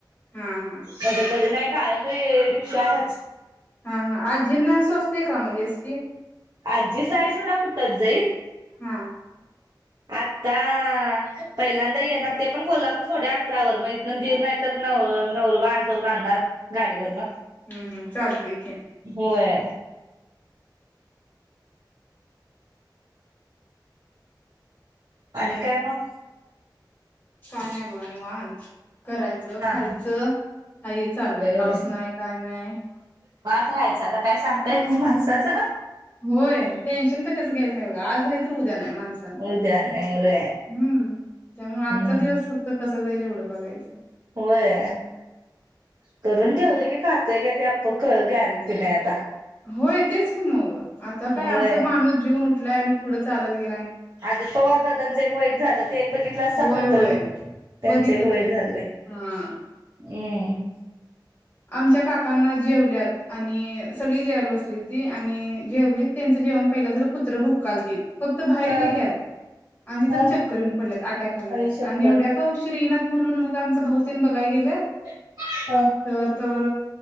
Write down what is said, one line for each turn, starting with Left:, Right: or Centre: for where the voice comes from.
Left: हा हा
Right: म्हजे कधी नाही काय म रिक्षानचं
Left: हा हा आजी ना सोसती काय मग ऐष्टी
Right: आजी नाहीच सोडा कुठचं जाईत
Left: हा
Right: आता पहिल्यांदा येणार ते पण कोल्हापुर थोड्या अंतरावर मग तिथनं नाही दीर नाही तर नव नवरोबा जाऊन आणणार गाडीवरनं
Left: हम्म हम् चालतयं की
Right: होय आणि काय मग
Left: काय नाही बघा निवांत करायचं
Right: हा
Left: खायचं
Right: हा
Left: हाय हे चालूय
Right: होय होय
Left: पाऊस नाही काय नाही
Right: यचं आता काय सांगता येत नाही माणसाचं.
Left: होय टेन्शन कशाच घ्यायच नाही बघा आज आहे तर उद्या नाही माणसाला
Right: उद्या नाही होय
Left: हम्म त्यामुळे
Right: हम्म
Left: आजचा दिवस फक्त कस कसा जाईल येवढ बघायचं.
Right: होय करून ठेवलं की खातोय काय ते आपण गॅरंटी नाही आता.
Left: होय तेच की मग आता काय
Right: होय.
Left: असं माणूस जेऊन उठून उठलय आणि पुढं चालत गे
Right: अजित पवारदादांचं एक वाईट झालं ते एक बघितलंसा
Left: होय
Right: प्रकरण
Left: होय
Right: त्यांचं
Left: बघितलं
Right: एक वाईट
Left: की
Right: झालंय.
Left: हा
Right: हम
Left: आमच्या काकांना जेवल्यात आणि सगळी जेवायला बसली होती आणि जेवलीत त्यांच जेवण पहिलं झालं कुत्र भुकालतीत फक्त बाहेर
Right: ह
Left: गेल्यात आणि
Right: ह
Left: तिथं चक्कर येऊन पडल्यात ॲटॅक आलायं
Right: आई शपथ
Left: आणि एवढ्या का उशीर येइनातं म्हणून मग आमचं भाऊतेन बघाय गेल्यात
Right: <unintelligible> ह
Left: तर तवर